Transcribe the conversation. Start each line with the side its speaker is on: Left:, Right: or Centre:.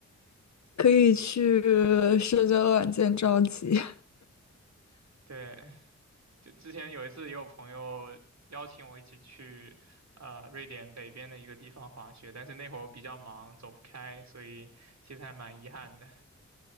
Left: 可以去社交软件召集。
Right: 对，就之前有一次，也有朋友邀请我一起去，呃，瑞典北边的一个地方滑雪，但是那会儿我比较忙，走不开，所以其实还蛮遗憾的。